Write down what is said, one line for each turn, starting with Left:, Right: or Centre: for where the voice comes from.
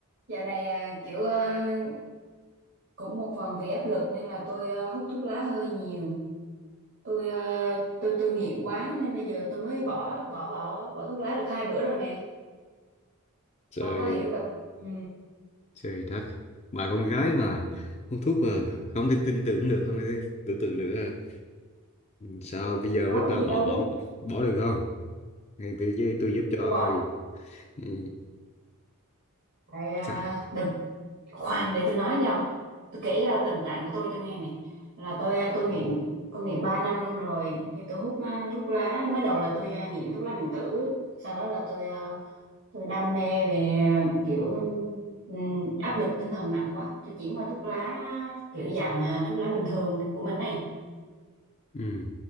Right: Dạo này à, kiểu à, cũng một phần vì áp lực nên là tôi à, hút thuốc lá hơi nhiều. Tôi à, tôi tôi nghiện quá nên bây giờ tôi mới bỏ bỏ bỏ bỏ thuốc lá được hai bữa rồi nè.
Left: trời
Right: Ông có hiểu cảm ừ,
Left: trời đất bà con gái mà hút thuốc mà không thể tin tưởng được không thể tưởng tượng được à. sao bây giờ
Right: có
Left: bắt đầu
Right: gì
Left: bỏ
Right: đâu.
Left: bỏ bỏ được không Ngay tôi với tôi giúp cho
Right: Tôi bỏ
Left: Ừ,
Right: tại à,
Left: sao
Right: được khoan để tôi nói cho. Tôi kể ra tình trạng của tôi cho nghe này. Là tôi à, tôi nghiện tôi nghiện 3 năm luôn rồi. Thì tôi hút à, thuốc lá mới đầu là tôi à, nghiện thuốc lá điện tử. Sau đó là tôi à, tôi đam mê về kiểu ừm, áp lực tinh thần nặng quá tôi chuyển qua thuốc lá kiểu dạng à, thuốc lá bình thường của mình này
Left: ừ.